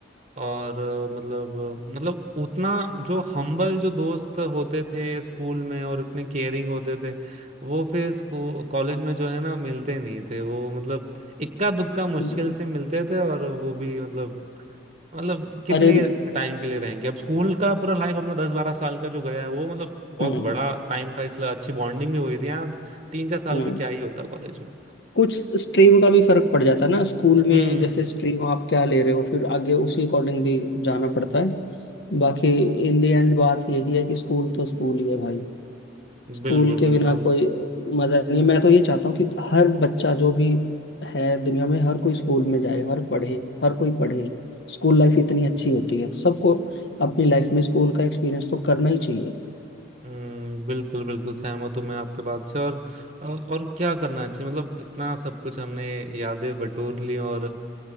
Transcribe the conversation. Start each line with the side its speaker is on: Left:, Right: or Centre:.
Right: और अ, मतलब मतलब उतना जो हम्बल जो दोस्त होते थे स्कूल में और उतने केयरिंग होते थे वो फिर स्कूल कॉलेज में जो है ना मिलते नहीं थे वो मतलब इक्का दुक्का मुश्किल
Left: हम्म,
Right: से मिलते थे और वो भी मतलब मतलब कितने
Left: अरे
Right: टाइम के लिए रहेंगे अब स्कूल का पूरा लाइफ अपना दस बारह साल का जो गया है वो मतलब बहुत
Left: हम्म
Right: बड़ा टाइम था इसलिए अच्छी बॉन्डिंग भी हुई थी यहाँ तीन चार साल
Left: हम्म
Right: में क्या ही होता कॉलेज में
Left: कुछ स्ट्रीम का भी फर्क पड़ जाता है ना स्कूल में
Right: हम्म
Left: जैसे स्ट्रीम आप क्या ले रहे हो फिर आगे उसी अकॉर्डिंग भी जाना पड़ता है बाकी इन द एंड बात यही है कि स्कूल तो स्कूल ही है भाई स्कूल
Right: बिल्कुल
Left: के बिना
Right: बिल्कुल
Left: कोई मजा नहीं है मैं तो ये चाहता हूँ कि हर बच्चा जो भी है दुनिया में हर कोई स्कूल में जाए हर पढ़े हर कोई पढ़े स्कूल लाइफ इतनी अच्छी होती है सबको अपनी लाइफ में स्कूल का एक्सपीरियंस तो करना ही चाहिए
Right: हम्म बिल्कुल बिल्कुल सहमत हूँ मैं आपके बात से और और क्या करना चाहिए मतलब इतना सब कुछ हमने यादें बटोर ली और